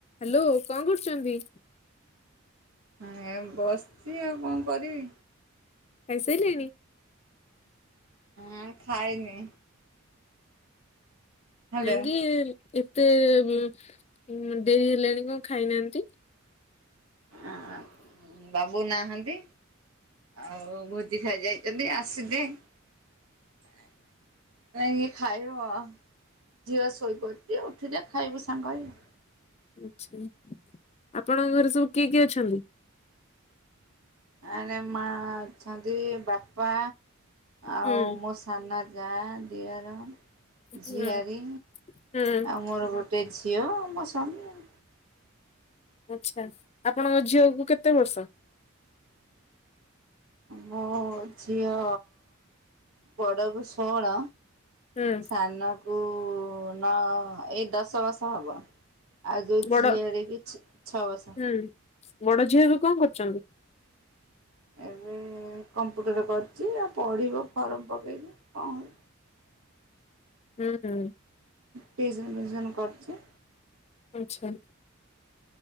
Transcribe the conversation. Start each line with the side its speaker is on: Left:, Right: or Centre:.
Left: ହାଲୋ କଣ କରୁଛନ୍ତି?
Right: ଆଁ ଏ ବସିଛି ଆଉ କଣ କରିବି?
Left: ଖାଇସାଇଲେଣି?
Right: ଆଁ ଖାଇନି। ହ୍ୟାଲୋ
Left: ହେଙ୍ଗି ଏତେ ଉମ୍ ଉଁ ଡେରି ହେଲାଣି କଣ ଖାଇନାହାଁନ୍ତି?
Right: ଆଁ ବାବୁ ନାହାନ୍ ନ୍ତି, ଆଉ ଭୋଜି ଖାଇ ଯାଇଛନ୍ତି ଆସିବେ ଯାଇଁକି ଖାଇବୁ ଅ। ଝିଅ ଶୋଇପଡିଛି, ଉଠିଲେ ଖାଇବୁ ସାଙ୍ଗ ହେଇ ଆଉ।
Left: ଆଚ୍ଛା। ଆପଣଙ୍କ ଘରେ ସବୁ କିଏ କିଏ ଅଛନ୍ତି?
Right: ଆରେ ମା ଅଛନ୍ତି, ବାପା, ଆଉ
Left: ହୁଁ
Right: ମୋ ସାନ ଯାଆ, ଦିଅର,
Left: ହୁଁ
Right: ଝିଆରୀ,
Left: ହୁଁ
Right: ଆଉ ମୋର ଗୋଟେ ଝି ଅ, ମୋ ସ୍ଵାମୀ ଆଉ।
Left: ଆଚ୍ଛା। ଆପଣଙ୍କ ଝିଅକୁ କେତେ ବର୍ଷ?
Right: ହଁ, ଝିଅ ବଡକୁ ଷୋହଳ
Left: ହୁଁ
Right: ସାନକୁ ନଅ ଏଇ ଦଶ ବର୍ଷ ହବ। ଆଗେ
Left: ବଡ
Right: ଝିଆରି କି ଛ ଛଅ ବର୍ଷ।
Left: ହୁଁ ବଡ ଝିଅ ଏବେ କଣ କରୁଚନ୍ତି?
Right: ଏବେ ଏ କମ୍ପ୍ୟୁଟର କରିଚି, ଆଉ ପଢ଼ିବ ଫର୍ମ ପକେଇଚି, କଣ ହଉ
Left: ହୁଁ ହୁଁ।
Right: ଟିଉସନ ଫିଉସନ କରୁଚି
Left: ଆଚ୍ଛା।